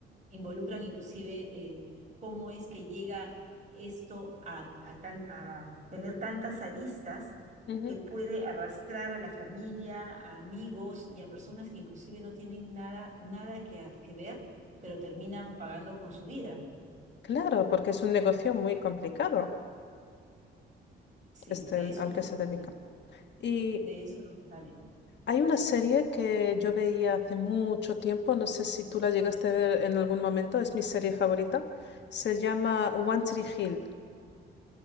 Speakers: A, on the right; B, on the left.
A: involucran inclusive eh, cómo es que llega esto a, a tan, a tener tantas aristas
B: ujú.
A: que puede arrastrar a la familia, a amigos y a personas que inclusive no tienen nada, nada que, a- que ver, pero terminan pagando con su vida.
B: Claro, porque es un negocio muy complicado
A: Sí,
B: este
A: de
B: el-
A: eso
B: al
A: no
B: que
A: se
B: se dedica.
A: sale,
B: Y
A: de eso no se sale.
B: hay una serie que yo veía hace mucho tiempo, no sé si tú la llegaste a ver en algún momento, es mi serie favorita. Se llama One Tree Hill.